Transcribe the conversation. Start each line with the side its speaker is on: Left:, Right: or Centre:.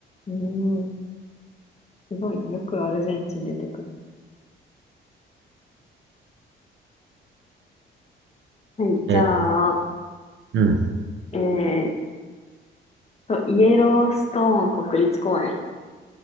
Left: うーん、すごいな。よくアルゼンチン出てくる。はい、じゃあ、
Right: う。え、うん。
Left: えーと、イエローストーン国立公園。